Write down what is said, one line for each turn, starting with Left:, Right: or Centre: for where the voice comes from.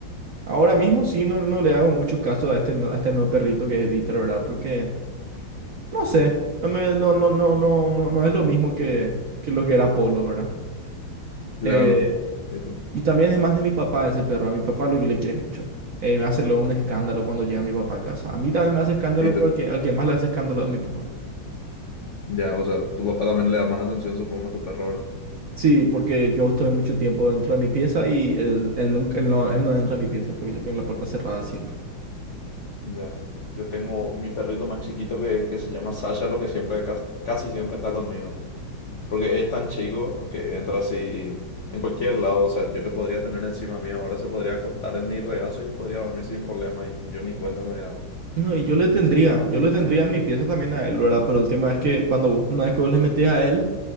Right: Ahora mismo sí, no, no le hago mucho caso a este, no- a este nuevo perrito que es Dieter, ¿verdad? Porque, no sé, no, me, no, no, no, no, no, no es lo mismo que, que lo que era Polo, ¿verdad?
Left: Claro.
Right: Eh,
Left: Y tú,
Right: Y también es más de mi papá ese perro. A mi papá lo que le quiere mucho. Eh, me hace luego un escándalo cuando llega mi papá a casa. A mí también me hace escándalo,
Left: y tú-
Right: pero al que, al que más le hace escándalo es a mi papá.
Left: Ya, o sea, tu papá también le da más atención, supongo, a tu perro, ¿verdad?
Right: Sí, porque yo estoy mucho tiempo dentro de mi pieza y él, él nunca, él no, él no entra a mi pieza porque yo tengo la puerta cerrada siempre.
Left: Ya. Yo tengo mi perrito más chiquito que, que se llama Sasha, lo que siempre, cas- casi siempre está conmigo. Porque es tan chico que entra así en cualquier lado. O sea, yo le podría tener encima mía. Ahora se podría acostar en mi regazo y podría dormir sin problema. Y yo ni cuenta me voy a dar.
Right: No, y yo le tendría,
Left: Ese es el que más
Right: yo
Left: tiempo
Right: le tendría
Left: pasa conmigo.
Right: en mi pieza también a él, ¿verdad? Pero el tema es que cuando una vez que vos le metés a él,